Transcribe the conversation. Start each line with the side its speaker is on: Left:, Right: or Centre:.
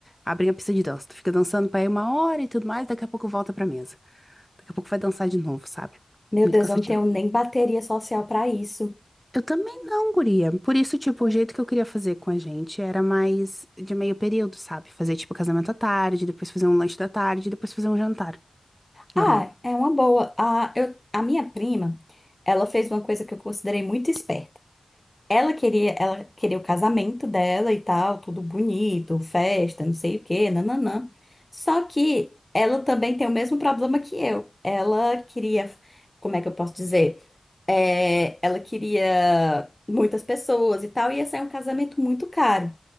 Centre: abre a pista de dança, tu fica dançando pra aí uma hora e tudo mais, daqui a pouco volta pra mesa. Daqui a pouco vai dançar de novo, sabe?
Left: Meu
Centre: Muito
Left: Deus,
Centre: cansativo.
Left: eu não tenho nem bateria social pra isso.
Centre: Eu também não, guria. Por isso, tipo, o jeito que eu queria fazer com a gente era mais de meio período, sabe? Fazer, tipo, casamento à tarde, depois fazer um lanche da tarde, depois fazer um jantar. Normal.
Left: Ah, é uma boa. Ah, eu, a minha prima, ela fez uma coisa que eu considerei muito esperta. Ela queria, ela queria o casamento dela e tal, tudo bonito, festa, não sei o quê, nananã. Só que ela também tem o mesmo problema que eu. Ela queria, como é que eu posso dizer? É, ela queria muitas pessoas e tal, e ia sair um casamento muito caro.